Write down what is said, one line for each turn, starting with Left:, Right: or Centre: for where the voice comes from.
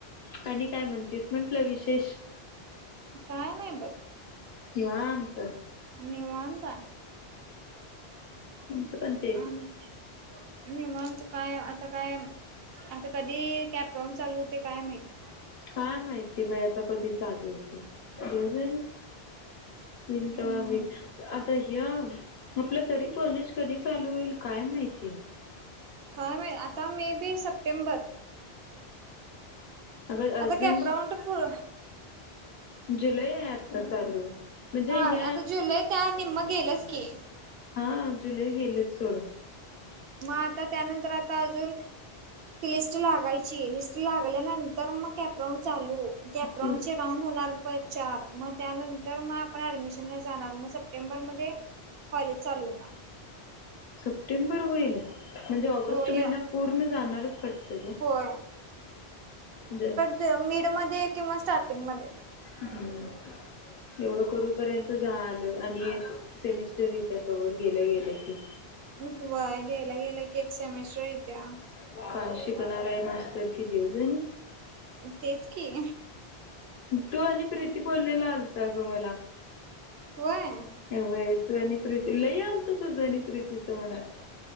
Left: आणि काय म्हणतेस, म्हंटलं विशेष,
Right: काय नाही बघ,
Left: निवाअंत,
Right: निवणताय,
Left: तुमचं पण तेच,
Right: <unintelligible> निवतं काय आता काय आता, कधी कॅब प्रॉम चालू होते काय माहित,
Left: काय माहितीय बाय आता कधी चालू होतेली. मलत
Right: हम्म
Left: बा फ. आता ह आपलं तरी कॉलेज कधी चालू होईल काय माहिती.
Right: क मिळे आता मे बी सप्टेंबर.
Left: अ अर्जुन.
Right: आता कॅपराऊंड पुढ
Left: जुलै. म्हणजे
Right: हा
Left: हे
Right: आता जुलै त्या निम्म गेलंच की.
Left: हा जुलैही गेलेत सोड.
Right: मग आता त्यानंतर आता अजून लिस्ट लागायची. लिस्ट लागल्या नंन्तर काप्रवून चालू कॅपरावून
Left: ते
Right: राऊंड होणार प चार मग त्यानंतर मग आपण ऍडमिशनला जाणार मग स. सप्टेंबर मध्ये कॉलेज चालूणार.
Left: सप्टेंबर होईल म्हणजे ऑगस्ट
Right: होय
Left: महिना पूर्ण जाणारच पट.
Right: होय
Left: ज <unintelligible>
Right: म मिड मध्ये किंवा स्टार्टिंग मध्ये.
Left: हम्म <unintelligible> एवढं करूपर्यंत जा आलं आणि एक सेमिस्टर य त्या तवर गेल्या गेलं की.
Right: वय गेयला गेला की एक सेमेस्टर येत्या.
Left: काय शिकणार आहे मास्तर कि देवजण.
Right: तेच की
Left: तू आणि प्रीती बोललेला आलत ग मला.
Right: व्हय
Left: एव तू आणि प्रीती ल आलत तुझं आणि प्रीतीचं मनात.